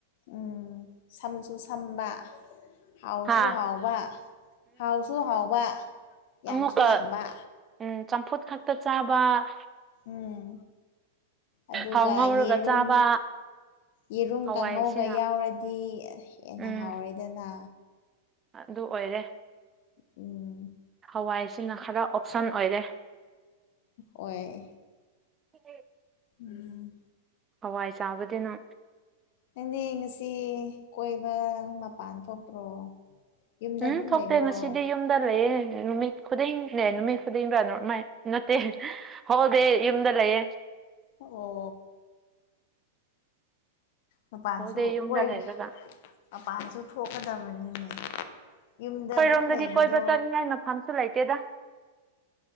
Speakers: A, on the left (about 60°); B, on the right (about 20°).
A: ꯎꯝ ꯁꯝꯁꯨ ꯁꯝꯕ ꯍꯥꯎꯁꯨ
B: ꯍꯥ
A: ꯍꯥꯎꯕ ꯍꯥꯎꯁꯨ ꯍꯥꯎꯕ ꯌꯥꯝꯁꯨ
B: ꯑꯃꯨꯛꯀ
A: ꯌꯥꯝꯕ
B: ꯎꯝ ꯆꯝꯐꯨꯠ ꯈꯛꯇ ꯆꯥꯕ
A: ꯎꯝ ꯑꯗꯨꯒ
B: ꯊꯥꯎ ꯉꯧꯔꯒ
A: ꯌꯦꯔꯨꯝ
B: ꯆꯥꯕ
A: ꯌꯦꯔꯨꯝ
B: ꯍꯋꯥꯏꯁꯤꯅ
A: ꯀꯥꯡꯉꯧꯒ ꯌꯥꯎꯔꯗꯤ ꯍꯦꯟꯅ
B: ꯎꯝ
A: ꯍꯥꯎꯔꯦꯗꯅ
B: ꯑꯗꯨ ꯑꯣꯏꯔꯦ
A: ꯎꯝ
B: ꯍꯋꯥꯏꯁꯤꯅ ꯈꯔ ꯑꯣꯞꯁꯟ ꯑꯣꯏꯔꯦ
A: ꯑꯣꯏꯣꯏ
B: ꯎꯝ
A: ꯎꯝ
B: ꯑꯋꯥꯏ ꯆꯥꯕꯗꯅ
A: ꯅꯪꯅꯦ ꯉꯁꯤ ꯀꯣꯏꯕ ꯃꯄꯥꯟ ꯊꯣꯛꯇ꯭ꯔꯣ ꯌꯨꯝꯗ
B: ꯎꯝ
A: ꯑꯗꯨꯝ
B: ꯊꯣꯛꯇꯦ
A: ꯂꯩꯕ꯭ꯔꯣ
B: ꯉꯁꯤꯗꯤ ꯌꯨꯝꯗ ꯂꯩꯌꯦ ꯅꯨꯃꯤꯠ ꯈꯨꯗꯤꯡꯅꯦ ꯅꯨꯃꯤꯠ ꯈꯨꯗꯤꯡꯗ ꯃꯥꯏ ꯅꯠꯇꯦ ꯍꯣꯏꯗꯤ ꯌꯨꯝꯗ ꯂꯩꯌꯦ
A: ꯑꯣ ꯃꯄꯥꯟꯁꯨ
B: ꯍꯣꯜꯗꯦ ꯌꯨꯝꯗ
A: ꯀꯣꯏ
B: ꯂꯩꯔꯒ
A: ꯃꯄꯥꯟꯁꯨ ꯊꯣꯛꯀꯗꯕꯅꯤꯅꯦ ꯌꯨꯝꯗ
B: ꯑꯩꯈꯣꯏꯔꯣꯝꯗꯗꯤ
A: ꯑꯗꯨꯝ ꯂꯩꯕꯗꯣ
B: ꯀꯣꯏꯕ ꯆꯠꯅꯤꯡꯉꯥꯏ ꯃꯐꯝꯁꯨ ꯂꯩꯇꯦꯗ